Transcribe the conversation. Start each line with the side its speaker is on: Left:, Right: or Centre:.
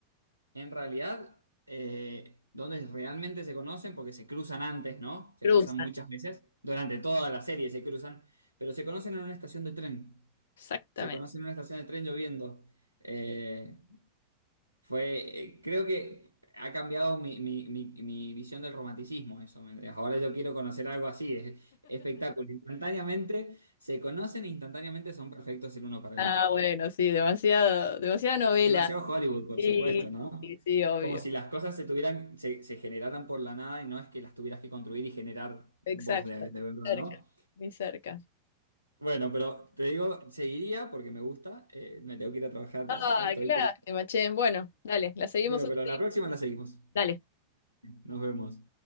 Right: En realidad, eh, donde realmente se conocen, porque se cruzan antes, ¿no? Se
Left: Cruzan.
Right: cruzan muchas veces, durante toda la serie se cruzan, pero se conocen en una estación de tren.
Left: Exactamente.
Right: Se conocen en una estación de tren lloviendo. Eh, fue, eh, creo que ha cambiado mi, mi- mi- mi visión del romanticismo, eso. ¿me entendés? Ahora yo quiero conocer algo así, es espectáculo. Instantáneamente se conocen, e instantáneamente son perfectos el uno para el
Left: Ah,
Right: otro.
Left: bueno, sí, demasiado, demasiada novela.
Right: Demasiado Hollywood, por
Left: Sí,
Right: supuesto, ¿no?
Left: sí, sí, obvio.
Right: Como si las cosas se tuvieran, se, se generaran por la nada y no es que las tuvieras que construir y generar
Left: Exacto.
Right: vos de, de verdad,
Left: Cerca,
Right: ¿no?
Left: muy cerca.
Right: Bueno, pero te digo, seguiría porque me gusta. eh, me tengo que ir a trabajar,
Left: Ah,
Right: ya, ya estoy,
Left: qué lástima,
Right: pero,
Left: che. Bueno, dale, la seguimos
Right: bueno,
Left: otro
Right: pero
Left: día.
Right: la próxima la seguimos.
Left: Dale.
Right: Nos vemos.